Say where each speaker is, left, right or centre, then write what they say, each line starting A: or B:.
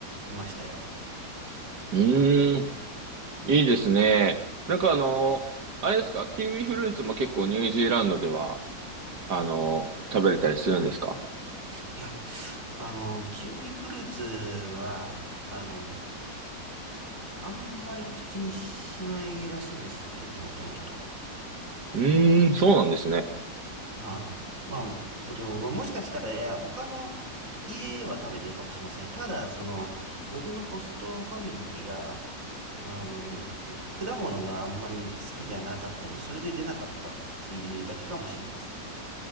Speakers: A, on the right; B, on the right.
A: いましたよ。
B: うーん。いいですね。なんかあの、あれですかキウイフルーツも結構ニュージーランドでは、あの、食べれたりするんですか
A: いや、あの、キウイフルーツは、あの、あんまり口にしないらしいんですって、地元の人。
B: うーん、そうなんですね。
A: はい。まあ、えっと、まあ、もしかしたら、いや、他の家は食べてるかもしれません。ただ、その、僕のホストファミリーが、あの、果物があんまり好きじゃなかったので、それで出なかったっていうだけかもしれません。